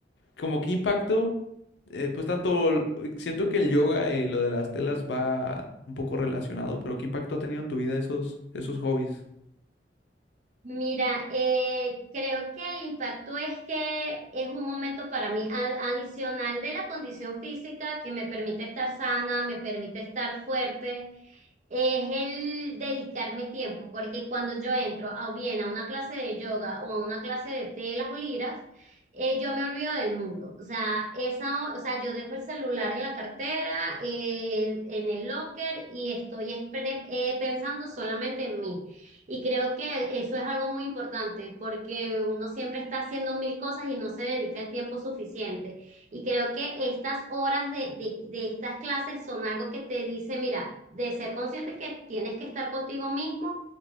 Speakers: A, on the left; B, on the right.
A: como qué impacto, eh, pues tanto, l- siento que el yoga y lo de las telas va un poco relacionado, pero qué impacto ha tenido en tu vida esos, esos hobbies.
B: Mira, eh, creo que el impacto es que es un momento para mí a- adicional de la condición física que me permite estar sana, me permite estar fuerte, es el dedicarme tiempo, porque cuando yo entro a, bien a una clase de yoga o a una clase de telas o liras, eh, yo me olvido del mundo. O sea, esa, o sea, yo dejo el celular en la cartera, eh, en el locker y estoy es- pre- eh, pensando solamente en mí. Y creo que eso es algo muy importante porque uno siempre está haciendo mil cosas y no se dedica el tiempo suficiente. Y creo que estas horas de, de, de estas clases son algo que te dice, mira, de ser consciente que tienes que estar contigo mismo